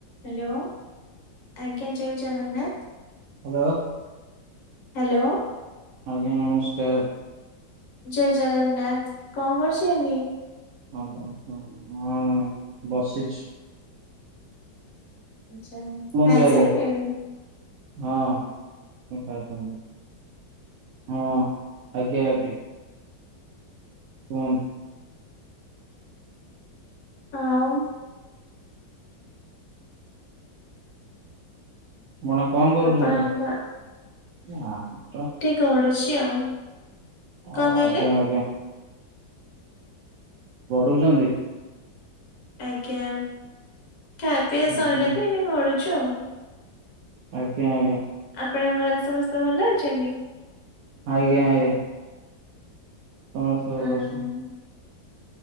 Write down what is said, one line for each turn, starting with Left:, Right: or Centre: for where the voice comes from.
Left: Hello, ଆଜ୍ଞା ଜୟ Jagannath.
Right: Hello.
Left: Hello.
Right: ଆଜ୍ଞା, ନମସ୍କାର।
Left: ଜୟ ଜଗନ୍ନାଥ। କଣ କରୁଛନ୍ତି?
Right: <inaudible> ହଁ <inaudible> ବସିଛି।
Left: ଆଚ୍ଛା ହଉ
Right: କୁହନ୍ତୁ
Left: ଖାଇ
Right: ଆଜ୍ଞା।
Left: ସାରିଲେଣି?
Right: ହଁ ମୁଁ ଖାଇ ସାରିଲିଣି ହଁ ଆଜ୍ଞା, ଆଜ୍ଞା। <unintelligible>
Left: ଆଉ।
Right: ଆପଣ କଣ କରୁଛନ୍ତି
Left: ଆପଣଙ୍କ
Right: ନା ମ
Left: ଗଡ଼ୁଛି ଆଉ କଣ
Right: ଅ
Left: କହିଲେ
Right: ଆଜ୍ଞା ଆଜ୍ଞା ଗଡୁଛନ୍ତି
Left: ଆଜ୍ଞା ଖାଆପିଆ
Right: ହୁଁ।
Left: ସଇଲା
Right: ହୁଁ
Left: ତ ଏଇନେ ଗଡୁଛୁ ଆଉ
Right: ଆଜ୍ଞା ଆଜ୍ଞା
Left: ଆପଣଙ୍କ ଘରେ ସମସ୍ତେ ଭଲ ଅଛନ୍ତି
Right: ଆଜ୍ଞା ଆଜ୍ଞା ସମସ୍ତେ
Left: ହଁ
Right: ଭଲ ଅଛନ୍ତି,